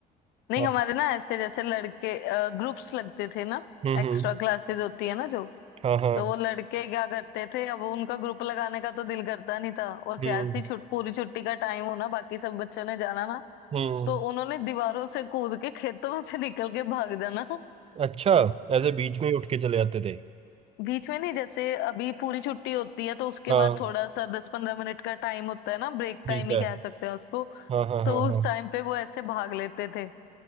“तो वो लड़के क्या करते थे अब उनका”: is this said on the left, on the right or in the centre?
Left